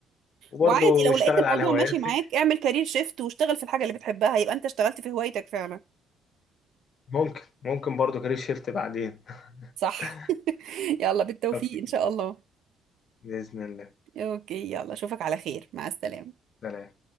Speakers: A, on the left; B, on the right.
A: وبرضه
B: وعادي لو
A: اشتغل
B: لقيت الموضوع
A: على هواياتك
B: ماشي معاك اعمل كارير شيفت واشتغل في الحاجة اللي بتحبها يبقى انت اشتغلت في هوايتك فعلا
A: ممكن ممكن برضه كارير شيفت بعدين <laughs>
B: صح <laughs> يلا بالتوفيق
A: قلت كده
B: ان شاء الله
A: بإذن الله
B: اوكي يلا اشوفك على خير مع السلامة
A: سلام